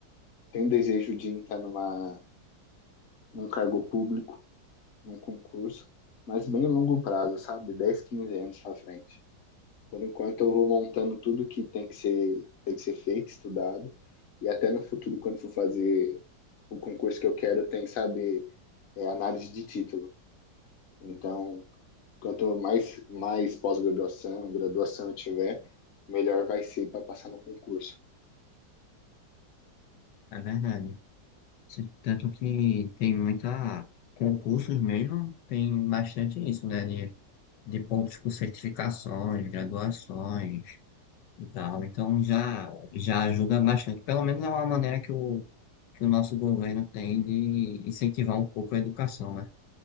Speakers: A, on the left; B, on the left.
A: tenho um desejo de entrar numa, num cargo público, num concurso, mas bem a longo prazo, sabe? dez 15 anos para frente. Por enquanto eu vou montando tudo que tem que ser, tem que ser feito, estudado, e até no futuro, quando for fazer o concurso que eu quero, tem, sabe, é, análise de título. Então, Quanto mais, mais pós-graduação, graduação eu tiver, melhor vai ser para passar no concurso.
B: é verdade. Se- Tanto que tem muita concursos mesmo, tem bastante isso, né? De, de pontos por certificações, graduações e tal. Então, já, já ajuda bastante. Pelo menos é uma maneira que o, que o nosso governo tem de incentivar um pouco a educação, né?